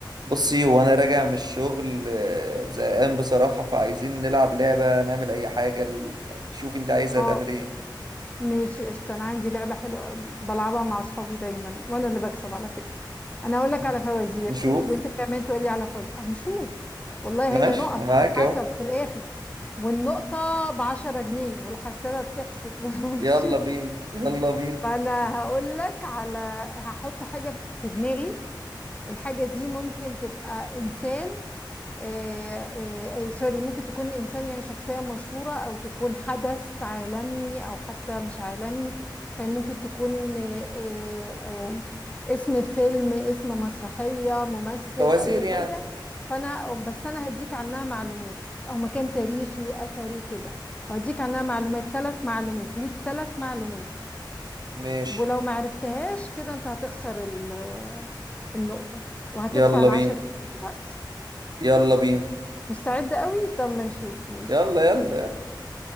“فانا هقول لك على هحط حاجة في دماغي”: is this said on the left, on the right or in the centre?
Left